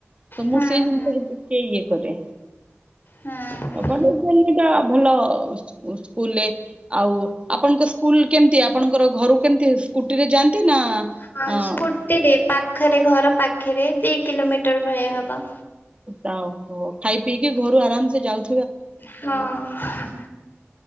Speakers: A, on the right (about 25°); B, on the left (about 45°).
A: ତ
B: ହୁଁ
A: ମୁଁ ସେଇ ଜିନିଷକୁ ଟିକେ ଇଏ କରେ।
B: ହଁ
A: ତ ବ ତ <unintelligible> ଭଲ ସ୍କୁଲରେ। ଆଉ ଆପଣଙ୍କ ସ୍କୁଲ କେମିତି ଆପଣଙ୍କର ଘରୁ କେମିତି ସ୍କୁଟି ରେ ଯାଆନ୍ତି। ନା
B: ହଁ
A: ଅଁ,
B: ସ୍କୁଟି ରେ ପାଖରେ ଘର ପାଖ ରେ ଦୁଇ କିଲୋମିଟର ଭଳିଆ ହେବ।
A: ତାହୋ ଖାଇ ପିଇକି ଘରୁ ଆରାମସେ ଯାଉ
B: ହଁ